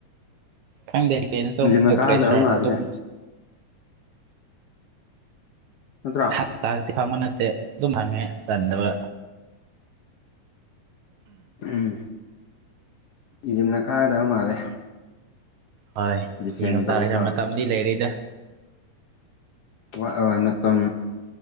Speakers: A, on the right; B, on the left.
A: ꯈꯪꯗꯦ ꯀꯩꯅꯣ ꯇꯧ
B: ꯏꯖꯤꯞꯅ
A: ꯃꯣꯏ
B: ꯀꯥꯒꯗꯕ
A: ꯄ꯭ꯔꯦꯁꯔ
B: ꯃꯥꯜꯂꯤꯗ
A: ꯑꯗꯨꯝ
B: ꯅꯠꯇ꯭ꯔ
A: ꯆꯥꯟꯁꯁꯦ ꯐꯪꯕ ꯅꯠꯇꯦ ꯑꯗꯨꯝ ꯐꯪꯉꯦ ꯆꯟꯗꯕ
B: ꯎꯝ ꯏꯖꯤꯞꯅ ꯀꯥꯒꯗꯕ ꯃꯥꯜꯂꯦ
A: ꯍꯣꯏ
B: ꯗꯤꯐꯦꯟ
A: ꯌꯦꯡꯕ
B: ꯇꯧꯔꯒ
A: ꯇꯥꯔꯦꯗ ꯃꯇꯝꯗꯤ ꯂꯩꯔꯤꯗ
B: ꯋꯥ ꯃꯇꯝ